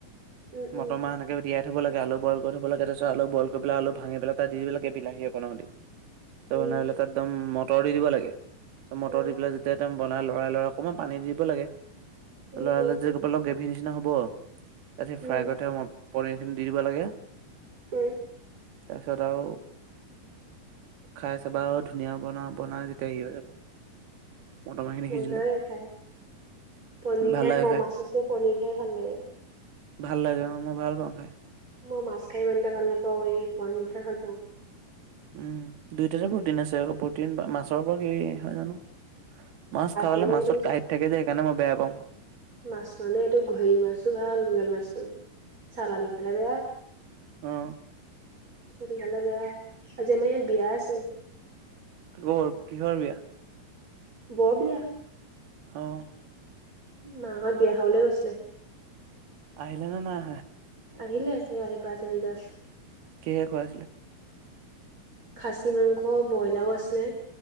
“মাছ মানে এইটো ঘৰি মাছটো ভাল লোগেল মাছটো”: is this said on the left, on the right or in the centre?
Right